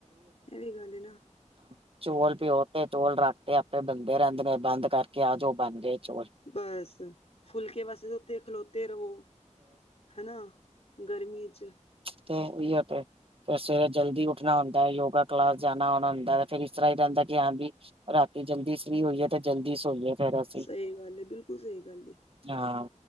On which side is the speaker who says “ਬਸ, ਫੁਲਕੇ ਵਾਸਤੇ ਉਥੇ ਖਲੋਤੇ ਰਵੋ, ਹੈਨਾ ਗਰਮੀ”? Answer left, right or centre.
Left